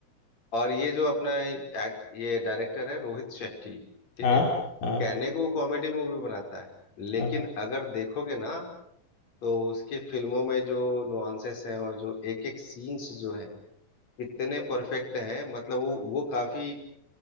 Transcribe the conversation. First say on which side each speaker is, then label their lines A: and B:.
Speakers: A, on the left; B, on the left.
A: और ये जो अपना एक- ये डायरेक्टर है रोहित शेट्टी ठीक
B: हाँ
A: है
B: हाँ
A: कहने को वो कॉमेडी मूवी बनाता है लेकिन
B: हाँ
A: अगर देखोगे ना तो उसकी फिल्मों में जो नुआंसेस हैं और जो एक एक सीन्स जो हैं इतने परफेक्ट हैं मतलब वो वो काफी